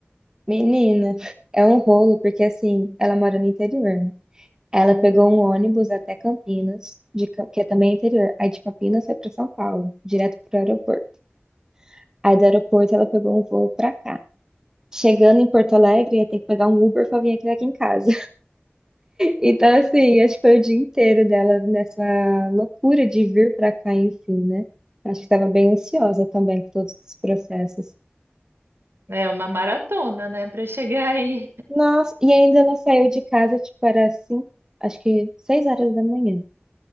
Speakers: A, on the right (about 15°); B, on the right (about 75°).
A: Menina, é um rolo, porque assim, ela mora no interior, né? Ela pegou um ônibus até Campinas, de Cam- que é também interior. Aí de Campinas foi para São Paulo, direto para o aeroporto. Aí do aeroporto ela pegou um voo para cá. Chegando em Porto Alegre, ia ter que pegar um Uber para vir aqui, aqui em casa. Então, assim, acho que foi o dia inteiro dela nessa loucura de vir pra cá em si, né? Acho que estava bem ansiosa também com todos esses processos.
B: É uma maratona, né, para chegar aí.
A: Nossa, e ainda ela saiu de casa, tipo, era cinco, acho que seis horas da manhã.